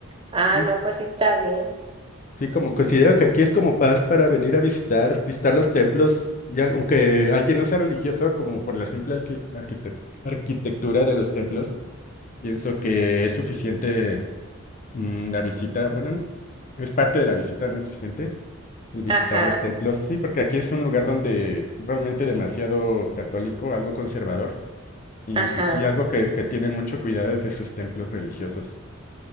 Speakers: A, on the right (about 20°); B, on the left (about 35°).
A: Ah,
B: Sí,
A: no, pues sí está bien.
B: sí, como considero que aquí es como paz para venir a visitar, visitar los templos, ya aunque alguien no sea religioso, como por la simple alqui- arquite- arquitectura de los templos, pienso que es suficiente mm, la visita. Bueno, n- es parte de la visita, no es suficiente. El visitar
A: Ajá,
B: los templos, sí, porque aquí es un lugar donde realmente demasiado católico, algo conservador. Y,
A: ajá.
B: y sí, algo que, que tienen mucho cuidado es de sus templos religiosos.